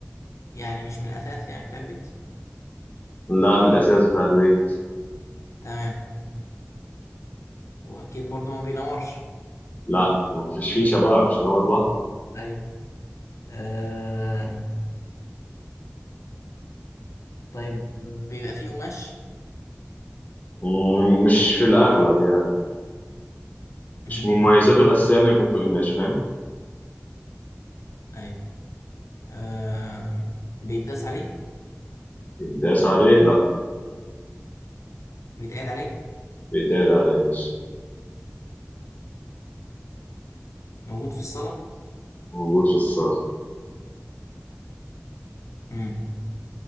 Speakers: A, on the left; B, on the left.
A: يعني مش من الأساس يعني بتاع البيت
B: لا من الاساس بتاع البيت
A: تمام وأكيد برضه ما بينورش
B: لا مفيش فيه شباب مش هنقعد لوحده
A: أيوه آه طيب بيبقى فيه قماش
B: مم، مش في الاغلب يعني
A: امم
B: مش من مميزاته الاساسيه انه يكون فوق قماش فاهم
A: أيوه آه بيتداس عليه
B: يتداس عليه لا
A: بيتقعد عليه
B: بيتقعد عليه يا باشا
A: موجود في الصالة
B: موجود في الصالة
A: امم